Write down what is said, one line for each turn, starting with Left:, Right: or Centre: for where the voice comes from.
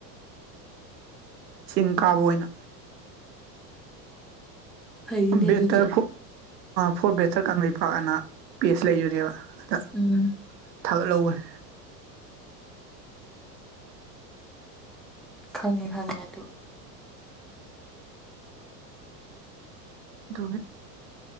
Right: ꯆꯤꯡ ꯀꯥꯕ ꯑꯣꯏꯅ
Centre: ꯐꯩꯅꯦ
Right: ꯕꯦꯠꯇꯔ
Centre: ꯑꯗꯨꯁꯨ
Right: ꯐꯣꯔ ꯕꯦꯠꯇꯔ ꯀꯪꯂꯩꯄꯥꯛ ꯑꯥꯅ ꯄꯦꯁ ꯂꯩꯕꯅꯦꯕ ꯑꯗꯥ
Centre: ꯎꯝ
Right: ꯊꯥꯒꯠꯍꯧꯕꯅꯤ
Centre: ꯈꯪꯉꯦ ꯈꯪꯉꯦ ꯑꯗꯨ
Right: ꯑꯗꯨꯒꯤ